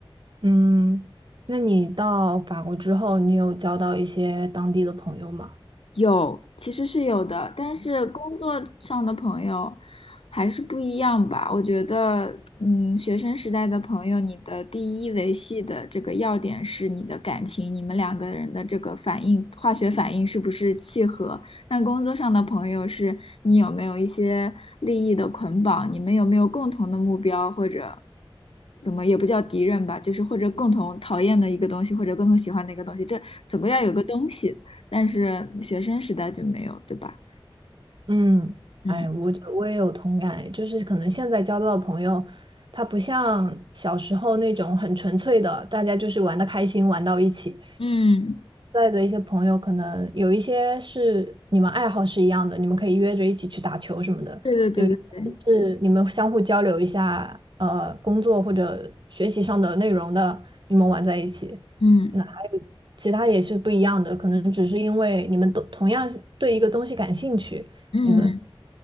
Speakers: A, on the right; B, on the left.
A: 嗯，那你到法国之后，你有交到一些当地的朋友吗？
B: 有，其实是有的，但是工作上的朋友还是不一样吧。我觉得，嗯，学生时代的朋友，你的第一维系的这个要点是你的感情，你们两个人的这个反应，化学反应是不是契合？但工作上的朋友是你有没有一些利益的捆绑，你们有没有共同的目标，或者怎么也不叫敌人吧，就是或者共同讨厌的一个东西，或者共同喜欢的一个东西，这怎么要有个东西。但是学生时代就没有，对吧？
A: 嗯，
B: 嗯
A: 哎，我觉得我也有同感诶就是可能现在交到的朋友，他不像小时候那种很纯粹的，大家就是玩的开心，玩到一起。
B: 嗯，
A: 在的一些朋友，可能有一些是你们爱好是一样的，你们可以约着一起去打球什么的；
B: 对对对对对，
A: 有一些是你们相互交流一下，呃，工作或者学习上的内容的，你们玩在一起。
B: 嗯
A: 那还有其他也是不一样的，可能只是因为你们都同样是对一个东西感兴趣，
B: 嗯，
A: 你们